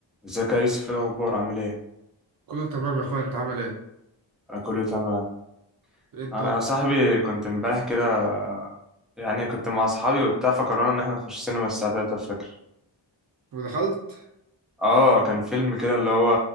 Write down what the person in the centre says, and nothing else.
ازيك يا يوسف ايه الاخبار عامل ايه
انا كله تمام
انا يا صاحبي كنت امبارح كده يعني كنت مع اصحابي وبتاع فقررنا ان احنا نخش سينما الساعه 3 الفجر
اه كان فيلم كده اللي هو